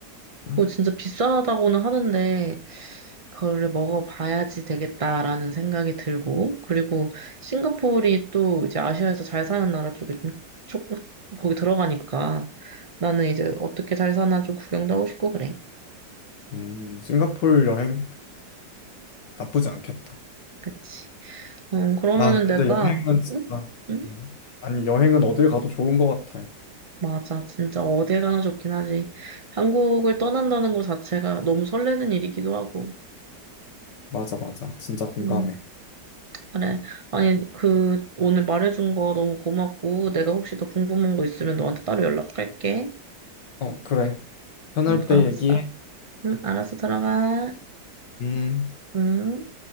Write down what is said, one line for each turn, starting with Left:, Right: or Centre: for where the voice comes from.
Left: 보면.
Right: 그거 진짜 비싸다고는 하는데 그거를 먹어봐야지 되겠다라는 생각이 들고 그리고 싱가포르이 또 이제 아시아에서 잘 사는 나라 쪽에 좀 조금 거기 들어가니까 나는 이제 어떻게 잘 사나 좀 구경도 하고 싶고 그래.
Left: 음, 싱가포르 여행도 나쁘지 않겠다.
Right: 그치. 어, 그러면은
Left: 아, 근데
Right: 내가,
Left: 여행은 진짜
Right: 응? 응?
Left: 음, 아니 여행은 어딜 가도 좋은 것 같아.
Right: 맞아. 진짜 어딜 가나 좋긴 하지. 한국을 떠난다는 것 자체가 너무 설레는 일이기도 하고.
Left: 맞아, 맞아. 진짜 공감해.
Right: 음, 그래. 아니, 그, 오늘 말해준 거 너무 고맙고, 내가 혹시 더 궁금한 거 있으면 너한테 따로 연락할게.
Left: 어, 그래. 편할
Right: 응,
Left: 때
Right: 알았어.
Left: 얘기해.
Right: 응, 알았어. 들어가.
Left: 음.
Right: 응.